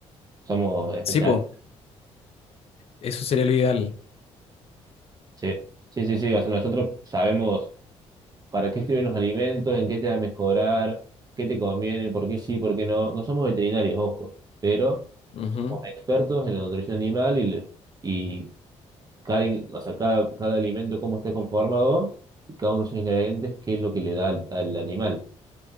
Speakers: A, on the right; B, on the left.
A: Somos especialistas.
B: Sí, po, eso sería lo ideal.
A: Sí, sí, sí, sí. O sea, nosotros sabemos para qué sirven los alimentos, en qué te va a mejorar, qué te conviene, por qué sí, por qué no. No somos veterinarios, ojo, pero
B: ujú,
A: somos expertos en la nutrición animal y, le- y cada, in- o sea, cada, cada alimento, cómo está conformado, y cada uno de sus ingredientes, qué es lo que le da al, al animal.